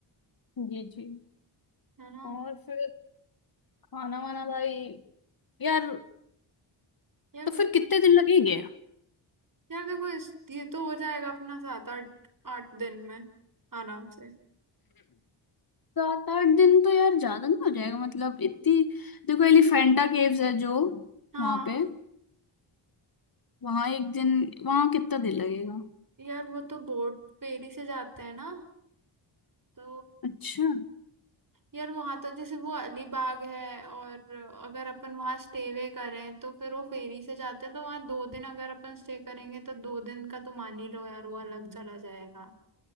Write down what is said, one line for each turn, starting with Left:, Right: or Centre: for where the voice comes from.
Left: जी जी
Right: है ना
Left: और फिर खाना वाना भाई यार
Right: यार
Left: तो फिर कितने दिन लगेंगे
Right: यार देखो इस ये तो हो जाएगा अपना सात आठ आठ दिन में आराम से
Left: सात आठ दिन तो यार ज्यादा नहीं हो जाएगा मतलब इतनी देखो एलिफेंटा केव्स है जो
Right: हाँ
Left: वहां पे वहां एक दिन वहां कितना दिन लगेगा
Right: यार वो तो बोट फेरी से जाते हैं ना तो
Left: अच्छा
Right: यार वहां तो जैसे वो अलीबाग है और अगर अपन वहां स्टे वे करें तो फिर वो फेरी से जाते हैं तो वहां दो दिन अगर अपन स्टे करेंगे तो दो दिन का तो मान ही लो यार वो अलग चला जाएगा